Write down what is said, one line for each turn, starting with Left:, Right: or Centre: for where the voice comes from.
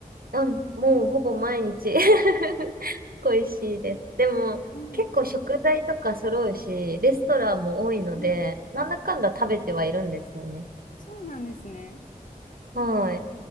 Right: うん、もうほぼ毎日 <laughs> 恋しいです。でも、
Left: い。うん
Right: 結構食材とか揃うし、レストランも多いので、
Left: うん。
Right: なんだかんだ食べてはいるんですよね。
Left: そうなんですね。
Right: はい。